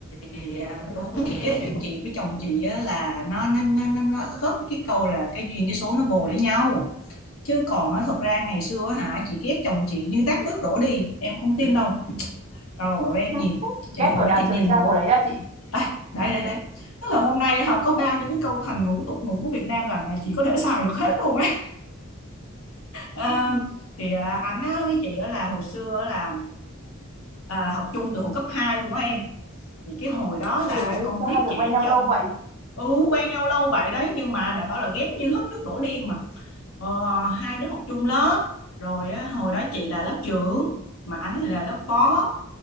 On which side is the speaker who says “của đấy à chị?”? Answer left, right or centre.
Right